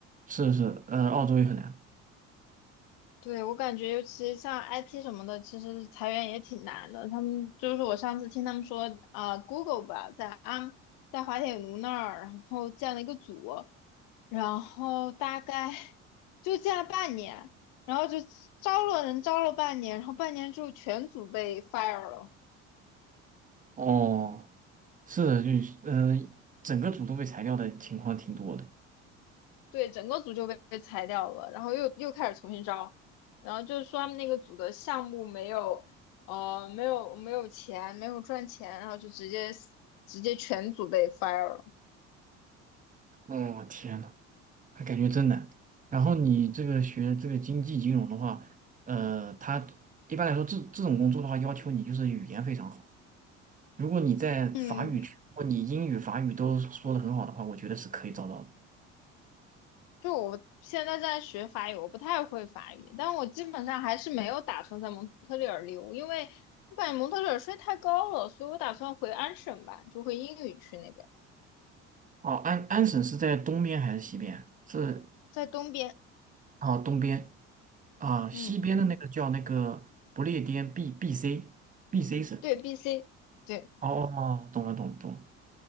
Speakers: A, on the right; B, on the left.
A: 是是，呃，澳洲也很难。
B: 对，我感觉，尤其像 IT 什么的，其实裁员也挺难的。他们就是我上次听他们说，啊、g o o g l e 吧，在安在滑铁卢那儿，然后建了一个组，然后大概就建了半年，然后就招了人，招了半年，然后半年之后全组被 fire 了。
A: 哦，是的，就是，嗯、呃整个组都被裁掉的情况挺多的。
B: 对，整个组就被被裁掉了，然后又又开始重新招，然后就是说他们那个组的项目没有，呃，没有没有钱，没有赚钱，然后就直接直接全组被 fire 了。
A: 哦，天呐，那感觉真难。然后你这个学这个经济金融的话，呃，他一般来说这这种工作的话，要求你就是语言非常好。如果你在法语区，
B: 嗯，
A: 如果你英语、法语都说的很好的话，我觉得是可以找到的。
B: 就我现在在学法语，我不太会法语，但我基本上还是没有打算在蒙特利尔留，因为我感觉蒙特利尔税太高了，所以我打算回安省吧，就回英语区那边，
A: 哦，安安省是在东边还是西边？是，
B: 在东边。
A: 哦，东边。啊，
B: 嗯，
A: 西边的那个叫那个不列颠 B B C B C 省。
B: 对，BC，对，
A: 哦哦懂了懂了懂了。